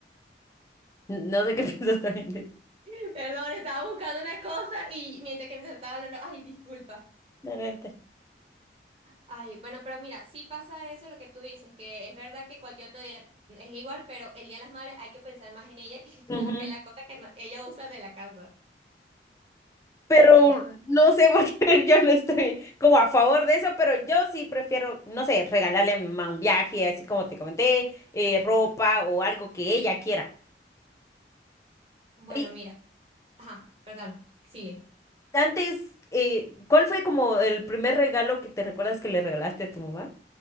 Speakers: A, on the left; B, on the right.
A: No sé qué <laughs> piensas también de
B: <laughs> Perdón, estaba buscando una cosa y mientras que me estaba hablando, ay, disculpa.
A: la neta.
B: Ay, bueno, pero mira, sí pasa eso lo que tú dices, que es verdad que cualquier otro día es igual, pero el Día de las Madres hay que pensar más en ella <laughs> que
A: Ujú.
B: como que en la cosa que no- ella usa de la casa.
A: Pero
B: Er-
A: no sé por qué <laughs> yo no estoy como a favor de eso, pero yo sí prefiero, no sé, regalarle a mi mamá un viaje, así como te comenté, eh, ropa
B: Ujú.
A: o algo que ella quiera.
B: Bueno,
A: Y
B: mira, ajá, perdón, sigue.
A: antes, eh, ¿cuál fue como el primer regalo que te recuerdas que le regalaste a tu mamá?